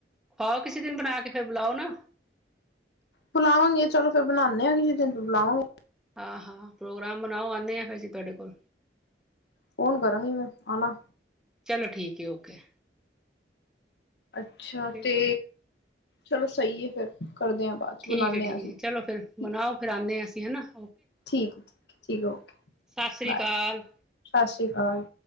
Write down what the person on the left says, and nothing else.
ਬੁਲਾਵਾਂਗੇ ਚਲੋ ਫੇਰ ਬਨਾਨੇ ਆਂ, ਕਿਸੇ ਦਿਨ ਫੇਰ ਬੁਲਾਵਾਂਗੇ।
ਫੋਨ ਕਰਾਂਗੀ ਮੈਂ, ਆਨਾ।
ਅੱਛਾ
ਤੇ। ਚਲੋ ਸਈ ਏ, ਫਿਰ। ਕਰਦੇ ਹਾਂ ਬਾਅਦ ਚ
ਬੁਲਾਨੇ
ਆ ਅਸੀਂ
ਠੀਕ
ਠੀਕ ਹੈ, ਠੀਕ, ਠੀਕ, ਓਕੇ,
ਬਾਏ
ਸਤਿ ਸ਼੍ਰੀ ਅਕਾਲ।